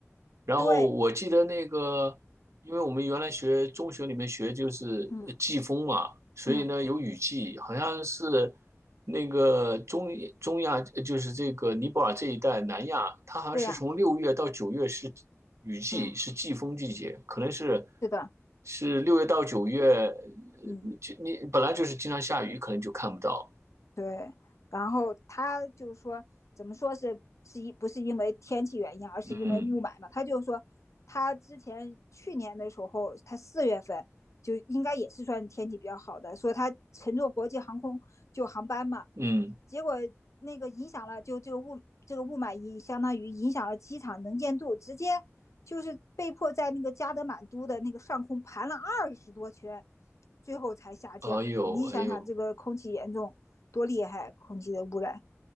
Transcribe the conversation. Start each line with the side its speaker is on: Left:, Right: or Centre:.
Right: 然后我记得那个，
Left: 对，
Right: 因为我们原来学中学里面学就是呃季风嘛，
Left: 嗯
Right: 所以呢有雨季，
Left: 嗯，
Right: 好像是那个中中亚，呃就是这个尼泊尔这一带南亚，它好像是从六月到九月是
Left: 对呀、
Right: 雨季，
Left: 嗯，
Right: 是季风季节，可能是
Left: 是的，
Right: 是六月到九月，呃就你本来就是经常下雨，
Left: 嗯。
Right: 可能就看不到。
Left: 对，然后他就说，怎么说是是因不是因为天气原因，而是因为雾霾嘛？
Right: 嗯
Left: 他就说，他之前去年的时候，他四月份就应该也是算天气比较好的，说他乘坐国际航空就航班嘛，
Right: 嗯，
Left: 结果那个影响了，就这个雾这个雾霾影相当于影响了机场能见度，直接就是被迫在那个加德满都的那个上空盘了二十多圈，最后才下降。
Right: 哎呦哎呦，
Left: 你想想，这个空气严重多厉害啊，空气的污染，